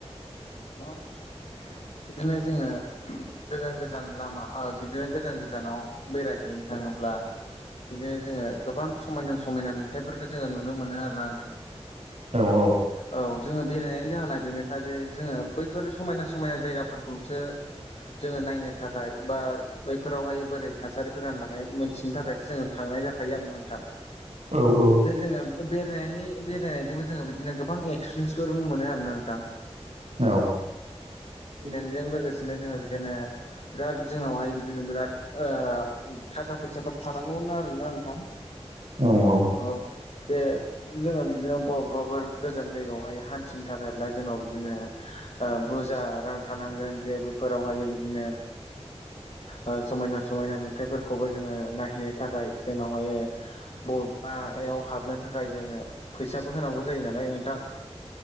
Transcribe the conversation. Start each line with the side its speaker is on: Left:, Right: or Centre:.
Left: मार्च बिदिनो जोङो गोजान गोजान लामा ओ बिदिनो गोजान गोजानाव बेरायहैनो थाङोब ब्ला बिदिनो जोङो गोबां समायना समायना नुथथायफोरखौ जोङो नुनो मोनो आरोना नोंथां।
Right: औ
Left: औ जोङो बेरायनायनि जाहोना बेनोखा जे जोङो बैफोर समायना समायना जाय जायगाफोरखौसो जोङो नायनो थाखाय बा बैफोरावहाय बोरै थासारिफोरा राननानै मोनथिनो थाखायसो जोङो थां नाय जाखायो आरो ना नोंथां।
Right: औ औ
Left: दा जोङो बेरायनायनि बेरायनायजोंबो जोङो बिदिनो गोबां एक्सपिरियेन्सफोरबो मोनो आरोना नोंथां <inaudible>
Right: औ।
Left: जों लोगोसेनो जोंङो बिदिनो बिराद जोंनावहाय बिदिनो बिरा ओ थाखा फैसा थानांगौमोन आरोना नोंथां।
Right: औ औ
Left: औ बेे जोङो बिदिनो अबबा अबबाफोर गोजान जायगायावहाय हान्थिनो थाखायब्ला जोंनाव बिदिनो ओ बुरजा रां'था जे बोफोरावहाय बिदिनो ओ समायना समायना नुथायफोरखौबो जोङो नायहैनो थाखाय जोंनावहायो बबाया हाबनो थाखाय जोंनो फैसाबो होनांगौ जायो नालाय नोंथां।